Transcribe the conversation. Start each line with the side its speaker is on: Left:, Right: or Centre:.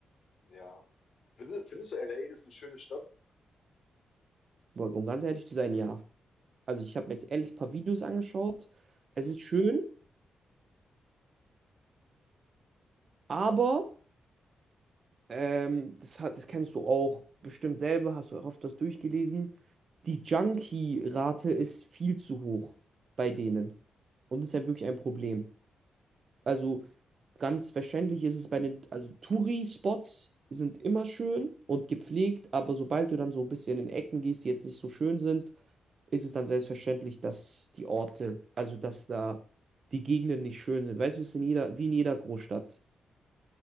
Left: Ja. Findest, findest du, LA ist eine schöne Stadt?
Right: Aber Um ganz ehrlich zu sein, ja. Also ich habe mir jetzt ehrlich ein paar Videos angeschaut. Es ist schön, aber ähm, das hat, das kennst du auch bestimmt selber, hast du auch oft das durchgelesen. Die Junkie-Rate ist viel zu hoch bei denen. Und das ist ja wirklich ein Problem. Also Ganz wahrscheinlich ist es bei den, also Touri-Spots sind immer schön und gepflegt, aber sobald du dann so ein bisschen in Ecken gehst, die jetzt nicht so schön sind, ist es dann selbstverständlich, dass die Orte, also dass da die Gegenden nicht schön sind. Weißt du, es ist in jeder, wie in jeder Großstadt.